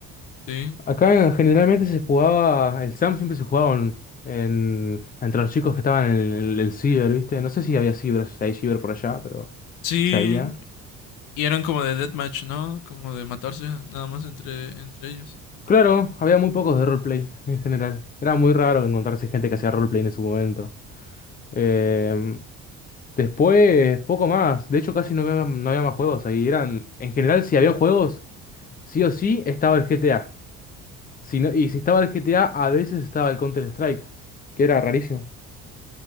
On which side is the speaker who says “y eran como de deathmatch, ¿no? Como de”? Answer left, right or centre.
Left